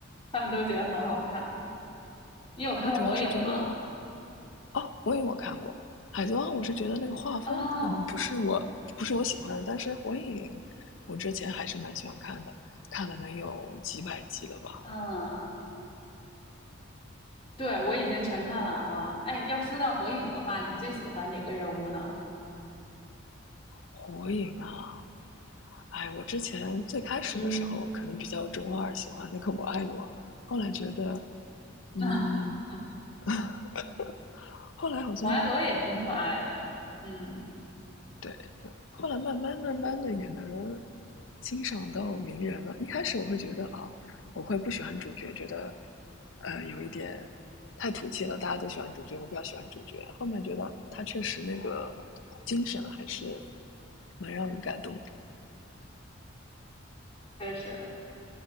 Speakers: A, on the left; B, on the left.
A: 他们都觉得很好看。你有看过《火影》吗？
B: 我主要是觉得，啊，火影我看过，《海贼王》我是觉得那个画风可能不是我不是我喜欢的，
A: 哦，
B: 但是火影我之前还是蛮喜欢看的，看了能有几百集了吧。
A: 嗯。对，我已经全看完了。哎，要说到火影的话，你最喜欢哪个人物呢？
B: 火影啊，哎，我之前最开始的时候可能比较中二，
A: 嗯，
B: 喜欢那个我爱罗，后来觉得，嗯，
A: <laughs>
B: <laughs> 后来好像
A: 我爱罗也挺可爱的，嗯，
B: 对，后来慢慢慢慢的也能欣赏到名人了。一开始我会觉得啊，我会不喜欢主角，觉得呃有一点太土气了，大家都喜欢主角，我比较喜欢主角。后面觉得他确实那个精神还是蛮让人感动的，
A: 确实，